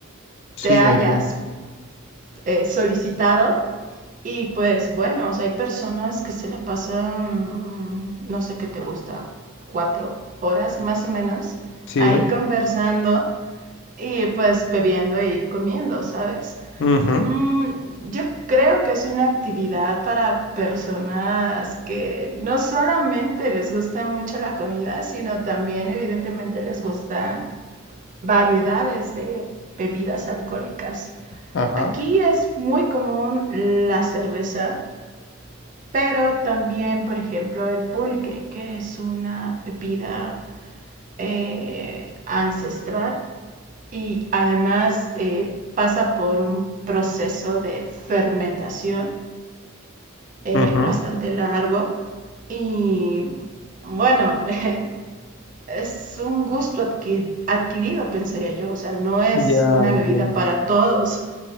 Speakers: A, on the left (about 55°); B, on the right (about 35°).
A: sí,
B: te hayas
A: entiendo.
B: eh, solicitado. Y pues bueno, o sea, hay personas que se la pasan, no sé qué te gusta, cuatro horas más o menos,
A: Sí,
B: ahí conversando y pues bebiendo y comiendo, ¿sabes?
A: ujú,
B: Mm, yo creo que es una actividad para personas que no solamente les gusta mucho la comida, sino también evidentemente les gustan variedades de bebidas alcohólicas.
A: ajá,
B: Aquí es muy común la cerveza, pero también, por ejemplo, el pulque, que es una bebida eh, ancestral y además eh, pasa por un proceso de fermentación eh,
A: ujú,
B: bastante largo y bueno, <laughs> es un gusto adqui adquirido, pensaría yo, o sea, no es
A: ya
B: una
A: entiendo.
B: bebida para todos.